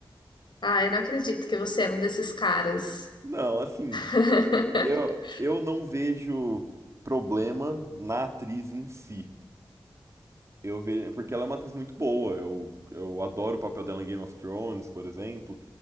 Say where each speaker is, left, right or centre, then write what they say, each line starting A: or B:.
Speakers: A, on the left; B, on the right.
A: Ah, eu não acredito que você é um desses caras.
B: Não, assim,
A: <laughs>
B: eu, eu não vejo problema na atriz em si. eu vejo. Porque ela é uma atriz muito boa. Eu, eu adoro o papel dela em Game of Thrones, por exemplo.